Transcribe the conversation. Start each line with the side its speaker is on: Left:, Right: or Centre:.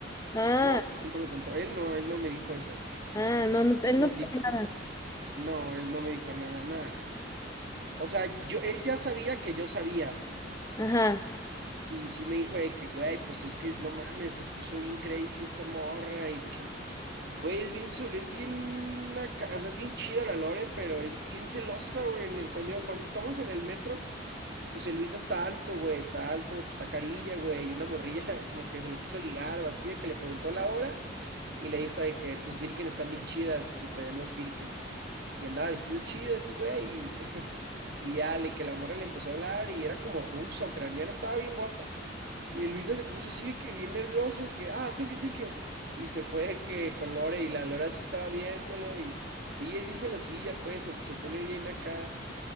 Left: Ah,
Right: no, no no me contó. Él no, él no me dijo eso.
Left: ah, no, no, él
Right: Me
Left: no te
Right: dijo-
Left: dijo nada.
Right: no, él no me dijo nada, nada. O sea, yo, él ya sabía que yo sabía.
Left: Ajá.
Right: Y sí me dijo de que, güey, pues es que no mames, se puso bien crazy esta morra y que Güey, es bien, su- es bien, acá- o sea, es bien chida la Lore, pero es bien celosa, güey. En el, cuando, cuando estamos en el metro, pues el Luis está alto, güey, está alto, pues está carilla, güey, y una morrilla <laughs> como que se lo quiso ligar o así, de que le preguntó la hora y le dijo de que tus Birken están bien chidas porque traían unos Birken. Y andaba vestido chido este güey y, <laughs> y ya, le que la morra le empezó a hablar y era como rusa, ucraniana, estaba bien guapa. Y Luisa se puso así de que bien nervioso, y que, ah, thank you, thank you. Y se fue de que con Lore, y la Lore sí estaba viéndolo, y sí, es bien celosilla, pues, se, se pone bien acá.